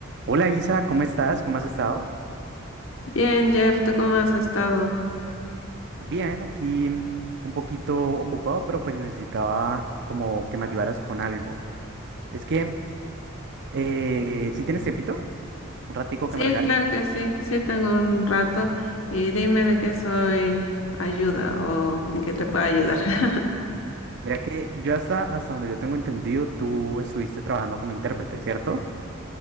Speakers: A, on the right (about 55°); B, on the left (about 65°).
A: Hola Isa, ¿cómo estás? ¿Cómo has estado?
B: Bien, Jeff, ¿tú cómo has estado?
A: Bien, aquí mm, un poquito ocupado, pero pues necesitaba como que me ayudaras con algo. Es que, eh, si tienes tiempito, un ratico
B: Sí,
A: que me regales.
B: claro que sí, sí tengo un rato y dime de qué soy ayuda o en qué te puedo ayudar. <laughs>
A: Mira que yo hasta, hasta donde yo tengo entendido, tú estuviste trabajando como intérprete, ¿cierto?